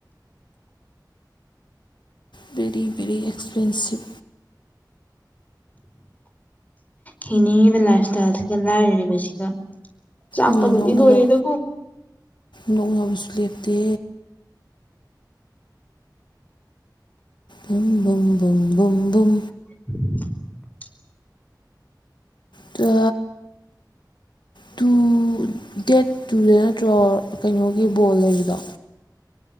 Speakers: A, on the left; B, on the left.
A: ꯕꯦꯔꯤ ꯕꯦꯔꯤ ꯑꯦꯛꯁꯄꯦꯟꯁꯤꯞ
B: ꯍꯤꯡꯅꯤꯡꯉꯤꯕ ꯂꯥꯏꯞ ꯏꯁꯇꯥꯏꯜꯁꯤꯒ ꯂꯥꯏꯔꯔꯤꯕꯁꯤꯒ ꯆꯥꯄꯅꯗꯤ
A: ꯃꯤ ꯅꯣꯛꯅꯒꯅꯤ
B: ꯂꯣꯔꯦꯗꯣ
A: ꯅꯣꯛꯅꯕꯁꯨ ꯂꯦꯞꯇꯦ ꯨꯝ
B: <unintelligible>
A: ꯇ ꯇꯨ ꯗꯦꯠ ꯇꯨꯗ ꯅꯠꯇ꯭ꯔꯣ ꯀꯩꯅꯣꯒꯤ ꯕꯣꯜ ꯂꯩꯕꯗꯣ